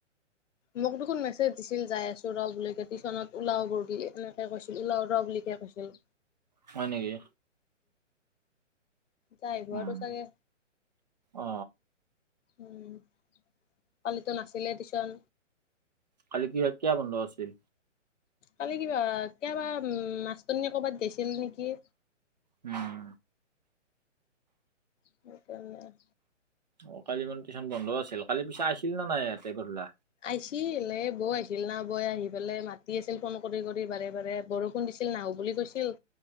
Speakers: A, on the left (about 75°); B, on the right (about 35°).
A: মোক দেখোন মেছেজ দিছিল যাই আছো ৰ বুল কে টিউশন লাও বৰ্গী এনেকে কৈছিল ওলও ৰ বুলি পাছে
B: হয় নেকি
A: যাইব
B: উম
A: আৰু চাগে।
B: অ
A: উম, কালিতো নাছিলে টিউশ্যন।
B: কালি কি হয়, কিয় বন্ধ আছিল?
A: কালি কিবা কেতিয়াবা, মাষ্টৰ্ণীয়ে কৰ'বাত গেছিল নেকি।
B: উম।
A: সেইকাৰণে
B: অ', কালি মানে টিউচন বন্ধ আছিল, কালি পিছে আছিল নে নাই ইয়াতে গধুলা?
A: আহিছিল এই বৌ আহিল না, বৌৱে আহি পেলাই মাতি আছিল ফোন কৰি কৰি বাৰে বাৰে, বৰষ ষুণ দিছিল, নাহো বুলি কৈছিল,